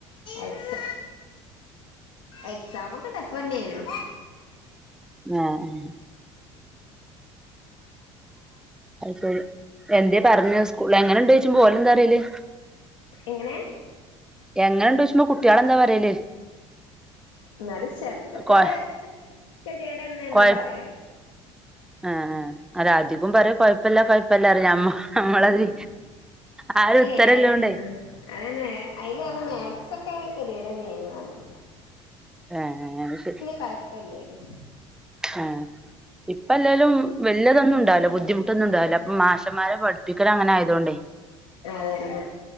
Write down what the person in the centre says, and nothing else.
ഏഹ് അയ്ശെരി. എന്തേ പറഞ്ഞെ സ്കൂള് ള്. എങ്ങനെണ്ട് ചോയ്ച്ചുമ്പം ഓല് എന്താറ്യല്.
എങ്ങനെണ്ട് ചോയ്ച്ചുമ്പം കുട്ട്യേളെന്താ പറ്യല്.
കൊ
കൊയ
ആ ആ അല അധികും പറയും കൊഴപ്പല്ല കൊയപ്പല്ല അറിം ഞമ്മ നമ്മളതിന്
ആ ഒരു
ഉത്തരല്ലോണ്ടേ
ഏഹേ അത് ശെരി
ഏഹ്. ഇപ്പ എല്ലാലും വല്യതൊന്നും ഇണ്ടാവൂല. ബുദ്ധിമുട്ടൊന്നും ഉണ്ടാവൂല. അപ്പ മാശമാരെ പഠിപ്പിക്കല് അങ്ങന ആയതോണ്ടെ